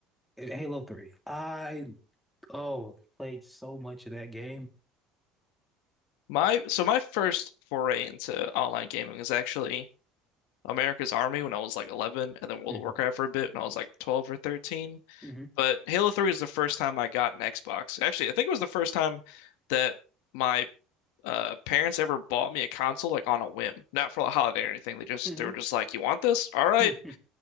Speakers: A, in the centre; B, on the left (about 90°).
A: and Halo 3. I, oh, played so much of that game.
B: My so my first foray into online gaming was actually America's Army when I was like 11, and then World
A: hmm
B: of Warcraft for a bit when I was like 12 or 13.
A: hmm
B: But Halo 3 was the first time I got an Xbox. Actually, I think it was the first time that my uh parents ever bought me a console like on a whim, not for a holiday or anything. They just
A: hmm
B: they were just like, "You want this? All right."
A: hmm